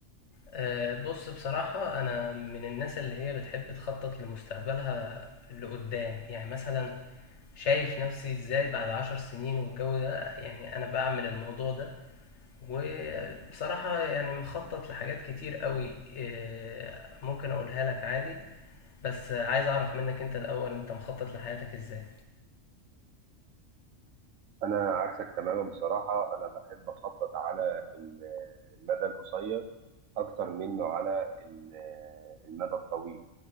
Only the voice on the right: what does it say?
انا عكسك تماما بصراحة انا بحب اخطط على ال- آه، المدى القصير اكتر منه على ال- آه، المدى الطويل